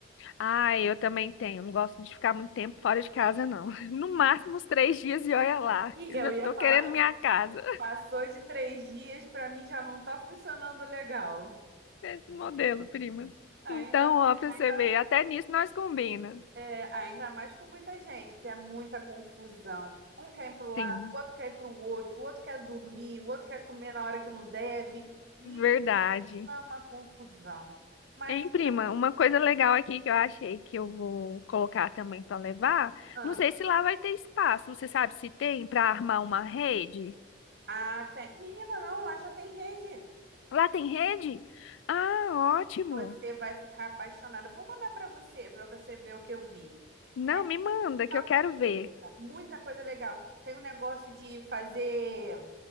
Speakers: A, on the left; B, on the right.
A: Ah, eu também tenho. Não gosto de ficar muito tempo fora de casa, não. <laughs> No máximo uns três dias e olha lá.
B: E
A: Eu
B: eu
A: já
B: ia
A: tô
B: falar,
A: querendo minha casa. <laughs>
B: passou de três dias, pra mim já não tá funcionando legal.
A: Esse modelo, prima.
B: Ainda,
A: Então, ó, pra
B: ainda
A: você ver, até nisso nós combina.
B: É, ainda mais com muita gente, porque é muita confusão. Um quer ir para o lado,
A: Sim,
B: o outro quer ir para o outro, o outro quer dormir, o outro quer comer na hora que não deve. Me
A: verdade.
B: ama confusão. Mas,
A: Hein, prima, uma coisa legal aqui que eu achei que eu vou colocar também para levar.
B: ah,
A: Não sei se lá vai ter espaço. Você sabe se tem para armar uma rede?
B: ah, tem- menina, não, lá já tem rede.
A: Lá tem rede? Ah, ótimo.
B: Você vai ficar apaixonada. Vou mandar para você, para você ver o que eu vi.
A: Não,
B: É
A: me manda
B: muita
A: que eu quero
B: coisa,
A: ver.
B: muita coisa legal. Tem um negócio de fazer.